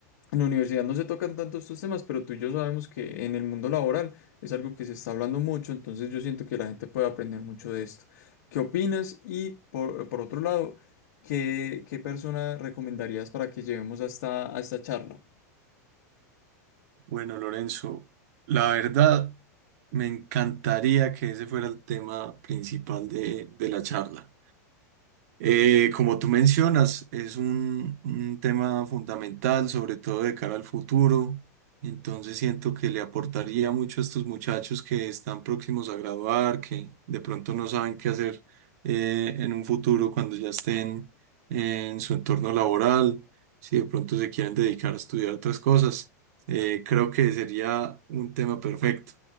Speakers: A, on the left; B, on the right.
A: en la universidad no se tocan tanto estos temas, pero tú y yo sabemos que en el mundo laboral es algo que se está hablando mucho, entonces yo siento que la gente puede aprender mucho de esto. ¿Qué opinas? Y por, por otro lado, ¿qué, qué persona recomendarías para que llevemos hasta esta a esta charla?
B: Bueno, Lorenzo, la verdad me encantaría que ese fuera el tema principal de, de la charla. Eh, como tú mencionas, es un, un tema fundamental, sobre todo de cara al futuro. Entonces siento que le aportaría mucho a estos muchachos que están próximos a graduar, que de pronto no saben qué hacer eh, en un futuro cuando ya estén en su entorno laboral, si de pronto se quieren dedicar a estudiar otras cosas. eh, creo que sería un tema perfecto.